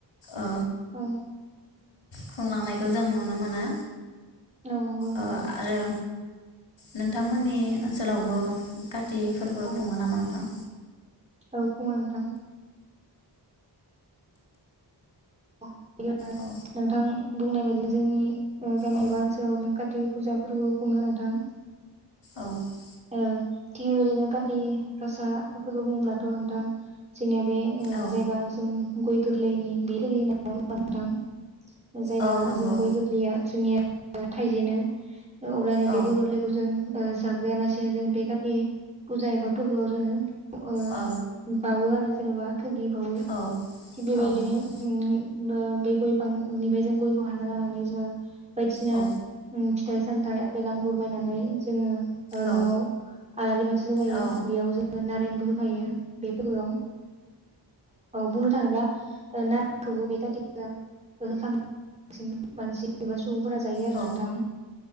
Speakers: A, on the left (about 85°); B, on the right (about 15°).
A: ओ
B: औ
A: खुंलांनायखौ जों नुनो मोनो
B: औ नंगौ नोंथां
A: ओ आरो नोंथांमोननि ओनसोलावबो काति फोरबो
B: औ
A: खुङो नामा नोंथां?
B: औ खुङो नोंथां <unintelligible>
A: औ
B: नोंथां बुंनाय बायदि जोंनि गामि
A: औ
B: एबा ओनसोलाव जों काति फुजा फोरबो खुङो नोंथां
A: औ
B: ओ थिग बेबायदिनो खाथि गासा फोरफोरखौ बुङोब्लाथ' नोंथां जोंनिया बे ओ
A: औ
B: जायबा जों गय गोग्लैनि बे <unintelligible> जायबा
A: औ नंगौ
B: जों गय गोरलैया जोंनिया थाइजेनो अब्लानि
A: औ
B: बे गय गोरलैखौ जों ओ जाग्रोयालासिनो जों बे काति फुजा एबा फोरबोआव जोङो अ
A: औ
B: बावो आरो जेनबा थोगिबावो
A: औ
B: थिग बेबायदिनो
A: औ नंगौ
B: बो बे गय फांनिफ्राय जों गयखौ हाना लानानै जोङो बायदिसिना
A: औ
B: उम‌ फि थाइ सामथाइ आपेल आांगुर बायनानै जोङो ओ न'आव
A: औ
B: आलारि बाथि लगायो
A: औ
B: बेयाव जोङो नारेंबो होफायो बे फोरबोआव औ बुंनो थाङोब्ला ना खौबो बे <unintelligible> मानसि एबा सुबुंफोरा जायो आरो
A: औ
B: नोंथां